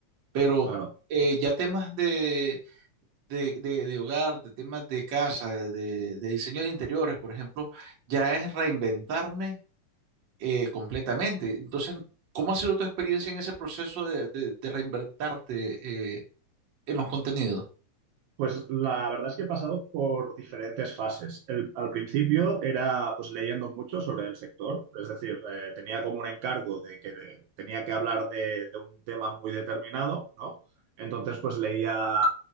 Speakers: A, on the right; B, on the right.
A: pero
B: claro.
A: eh, ya temas de, de, de- de hogar, de temas de casa, de, de diseño de interiores, por ejemplo, ya es reinventarme eh, completamente. Entonces, ¿Cómo
B: claro.
A: ha sido tu experiencia en ese proceso de, de- de reinventarte? eh, en los contenidos.
B: Pues la verdad es que he pasado por diferentes fases. El- al principio era pues leyendo mucho sobre el sector, es decir, eh, tenía como un encargo de que de- tenía que hablar de, de un tema muy determinado, ¿no? Entonces pues leía